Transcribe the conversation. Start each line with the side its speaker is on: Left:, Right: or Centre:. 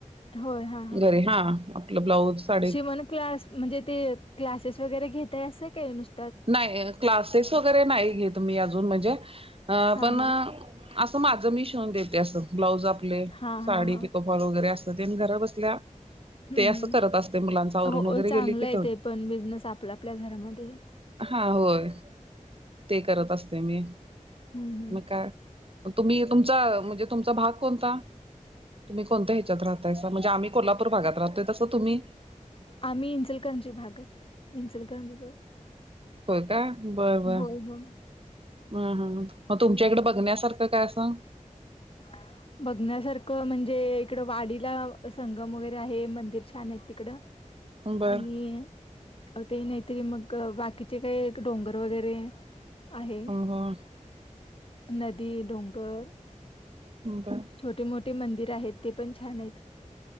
Left: होय हा
Right: घरी हा, आपलं ब्लाऊज साडी
Left: शिवण क्लास, म्हणजे ते क्लासेस वगैरे घेताय असं काय नुस
Right: नाही, क्लासेस वगैरे नाही घेत मी अजून म्हणजे, अ
Left: हा
Right: पण
Left: हा
Right: असं माझं मी शिवून देते असं. ब्लाऊज आपले,
Left: हा
Right: साडी
Left: हा हा
Right: पिको-फॉल वगैरे अस, ते म घर बसल्या
Left: हम्,
Right: ते असं करत असते मुलांच आवरून
Left: हो
Right: वगैरे
Left: चांगलं
Right: गेले की
Left: आहे
Right: थोड
Left: ते पण बिझनेस आपला आपल्या घरामध्ये.
Right: हा होय, ते करत असतोय मी.
Left: हम्म हम्म
Right: मग काय? तुम्ही, तुमचा म्हणजे तुमचा भाग कोणता? तुम्ही कोणत्या ह्याच्यात राहतायसा. म्हणजे आम्ही कोल्हापूर भागात राहतोय तस तुम्ही?
Left: आम्ही इंचलकरंजी भागात इंचलकरंजीजवळ.
Right: होय का, बर, बर.
Left: होय होय
Right: हम, हम हा म तुमच्या इकडे बघण्यासारखं काय असं?
Left: ये आवर. बघण्यासारखं म्हणजे इकडं वाडीला, संगम वगैरे आहे मंदिर छान आहेत तिकडं.
Right: बर
Left: आणि हा, नाही ते मग बाकीचे काय डोंगर वगैरे आहे.
Right: ह
Left: नदी, डोंगर
Right: बर
Left: छोटे, मोठे मंदिर आहेत, ते पण छान आहेत